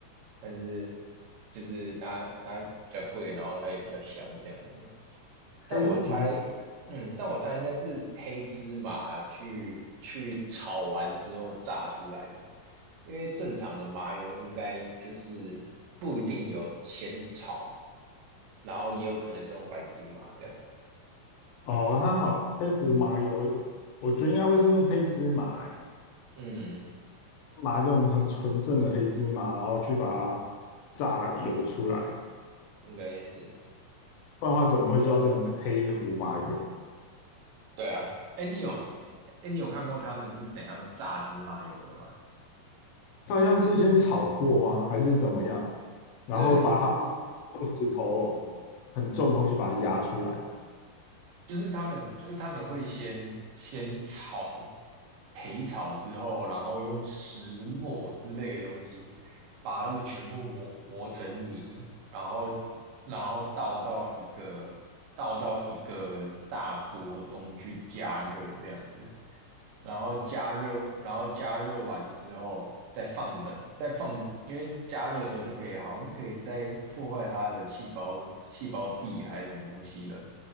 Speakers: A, on the right (about 70°); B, on the left (about 80°).
A: 但是就是它它比较贵，然后它也比较香这样子。
B: 黑胡
A: 但我猜，嗯，但我猜应该是黑芝麻去去炒完之后炸出来的。因为正常的麻油应该就是不一定有先炒，然后也有可能是用白芝麻这样子。
B: 哦，它好，黑胡麻油，我我觉得应该会是用黑芝麻、欸，
A: 嗯，
B: 麻这种很纯正的黑芝麻，然后去把它榨油出来，
A: 应该是，
B: 不然的话怎么会叫成黑胡麻油？
A: 对啊。哎，你有哎，你有看过他们是怎样榨芝麻油的吗？
B: 它好像是先炒过吗？还是怎么样？然后把它
A: 对对，就是
B: 用石头很重的东西把它压出来。
A: 就是他们就是他们会先先炒焙炒之后，然后用石磨之类的东西把它们全部磨磨成泥，然后然后倒到一个倒到一个大锅中去加热这样子。然后加热，然后加热完之后再放冷，再放，因为加热的时候就可以，好像可以再破坏它的细胞细胞壁还是什么东西的，